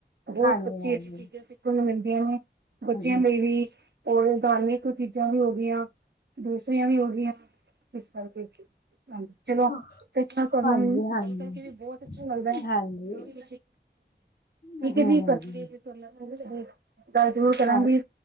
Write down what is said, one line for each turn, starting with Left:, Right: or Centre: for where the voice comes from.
Right: ਬੋਤ
Left: ਹਾਂਜੀ
Right: ਅੱਛੀ-ਅੱਛੀ
Left: ਹਾਂਜੀ
Right: ਚੀਜ਼ਾਂ ਸਿਖ ਸਕੂਲ ਨੂੰ ਮਿਲਦੀਆਂ ਨੇ, ਬੱਚਿਆਂ
Left: ਹਮ
Right: ਲਈ ਵੀ, ਔਰ ਧਾਰਮਿਕ ਚੀਜ਼ਾਂ ਵੀ ਹੋ ਗੀਆਂ। ਦੂਸਰੀਆਂ ਵੀ ਹੋ ਗੀਆਂ‌, ਇਸ ਕਰ ਕੇ‌, ਹਾਂਜੀ। ਚਲੋ,
Left: ਹਮ
Right: ਸ਼ਿਕਸ਼ਾ ਕਰਨ
Left: ਹਾਂਜੀ
Right: ਨਾਲ
Left: ਹਾਂਜੀ
Right: ਗੱਲ ਕਰਕੇ ਵੀ ਬੋਤ ਅੱਛਾ ਲਗਦੈ। ਠੀਕ
Left: ਹਾਂਜੀ ਹਮ ਹਮ
Right: ਐ ਜੀ‌, ਪਰਚੀ।
Left: ਹਮ,
Right: ਗੱਲ ਜਰੂਰ ਕਰਾਂਗੀ,
Left: ਹਾਂ